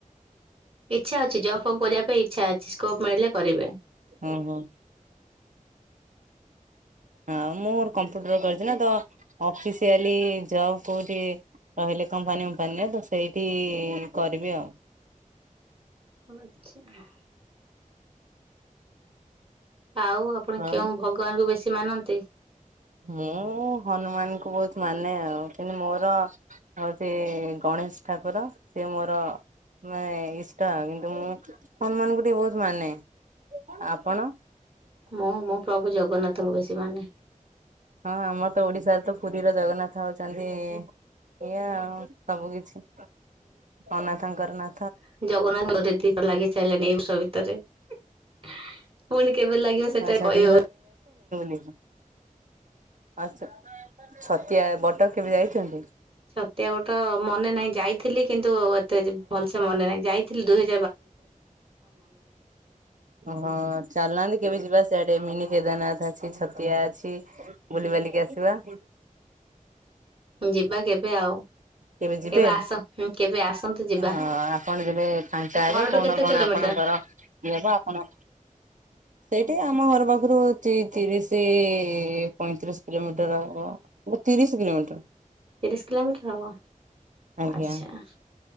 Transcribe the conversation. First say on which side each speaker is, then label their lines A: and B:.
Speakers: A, on the right (about 40°); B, on the right (about 65°).
A: ଇଛା ଅଛି, ଜବ୍ ଫବ୍ କରିବା ପାଇଁ ଇଛା ଅଛି, ସ୍କୋପ୍ ମିଳିଲେ କରିବେ।
B: ହଁ ହଁ ହଁ ମୋର କମ୍ପ୍ୟୁଟର କରିଛି ନା, ତ ଅଫିସିଆଲି ଜବ କୋଉଠି? ରହିଲେ କମ୍ପାନୀଫମ୍ପାନୀରେ ତ ସେଇଠି କରିବି ଆଉ
A: ଆଛା। ଆଉ ଆପଣ
B: ହଁ।
A: କେଉଁ ଭଗବାନଙ୍କୁ ବେଶୀ ମାନନ୍ତି?
B: ମୁଁ ହନୁମାନଙ୍କୁ ବ ମାନେ ଉ ମୋର ହଉଛି ଗଣେଶ ଠାକୁର, ସିଏ ମୋର ମେ ଇଷ୍ଟା କିନ୍ତୁ ମୁଁ ହନୁମାନଙ୍କୁ ଟିକେ ବହୁତ ମାନେ, ଆପଣ?
A: ମୁଁ ମୋ ପ୍ରଭୁ ଜଗନ୍ନାଥଙ୍କୁ ବେଶୀ ମାନେ।
B: ହଁ ଆମର ତ ଓଡିଶାରେ ତ ପୁରୀର ଜଗନ୍ନାଥ ହଉଛନ୍ତି ଏଇଆ ଆଉ ସବୁ କିିଛି, ଅନାଥଙ୍କର ନା
A: ଜଗନ୍ନାଥ <unintelligible> ପୁଣି କେବେ
B: <unintelligible>
A: ଲାଗିବ ସେଟା
B: ହେଲାଣି
A: କହିହବନି।
B: ବୁ ଆ, ଛତିଆ ବଟ କେବେ ଯାଇଛନ୍ତି?
A: ଛତିଆ ବଟ ମନେ ନାହିଁ ଯାଇଥିଲି କିନ୍ତୁ ଏତେ ଭଲସେ ମନେ ନାହିଁ, ଯାଇଥିଲି ଦୁହଜାର
B: ହଁ ଚାଲୁ ନାହାନ୍ତି କେବେ ଯିବା ସେ ମିନି କେଦାରନାଥ ଅଛି, ଛତିଆ ଅଛି, ବୁଲିିବାଲିକି ଆସିବା। <inaudible>
A: ଯିବା କେବେ ଆଉ।
B: କେବେ ଯିବେ,
A: ଆସ କେବେ ଆସନ୍ତୁ ଯିବା
B: ହ ଆପଣ ଗଲେ କଣ ଖାଇବେ?
A: ଘରଠୁ
B: କଣ
A: କେତେ
B: କଣ
A: କିଲୋମିଟର
B: ଆପଣଙ୍କର ଏବ ଆପଣ ସେଇଠି ଆମ ଘର ପାଖରୁ ହଉଛି ତିରିଶ ପଇଁତିରିଶ, କିଲୋମିଟର ତିରିଶ <unintelligible>
A: ତିରିଶ କିଲୋମିଟର ହବ,
B: ଆଜ୍ଞା
A: ଆଛା।